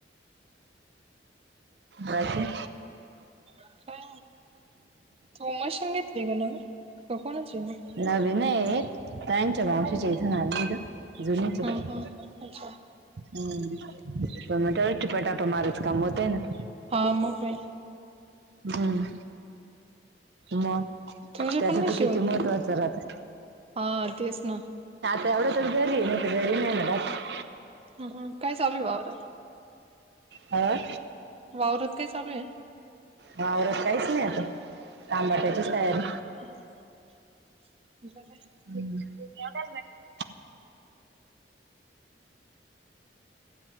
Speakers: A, on the right; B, on the right.
A: बाकी?
B: काय तू मशीन घेतली का नवीन? <unintelligible> कुणाचीय मग?
A: नवीन <unintelligible> ताईंच्या मावशीच्या इथून आणली गं, जुनीचे.
B: हा हा अच्छा
A: हम्म, <unintelligible> मारच काम होते ना.
B: हाव, मग काय.
A: हम्म, मग
B: तुझे
A: त्याचं
B: पण नाही
A: तर
B: शिवत
A: किती महत्त्वाचं
B: का?
A: राहते.
B: हा, तेच ना.
A: तेवढ तरी घरी हे, नाही तर घरी नाही <unintelligible>
B: हम्म हम्म, काय चालू हे वावरात?
A: हां.
B: वावरात काय चालू आहे?
A: वावरत काहीच नाही आता. आंबाट्याचीच तयारी.
B: <unintelligible>
A: <unintelligible>